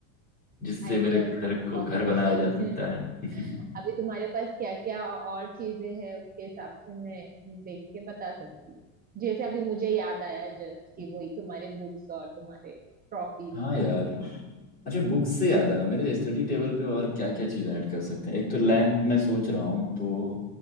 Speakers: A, on the left; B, on the right.
A: जिससे
B: आइडियाज
A: मेरे घर
B: तो बहुत
A: को घर बनाया
B: है
A: जा सकता
B: <laughs>
A: है <laughs>
B: अभी तुम्हारे पास क्या क्या और चीजें हैं उसके हिसाब से मैं देख के बता सकती हूँ जैसे अभी मुझे याद आया जस्ट कि वही तुम्हारे बुक्स और तुम्हारे ट्रॉफीज
A: हाँ
B: का
A: यार अच्छा बुक से याद आया मेरे स्टडी टेबल पे और क्या क्या चीज़ें ऐड कर सकते हैं एक तो लैंप मैं सोच रहा हूँ तो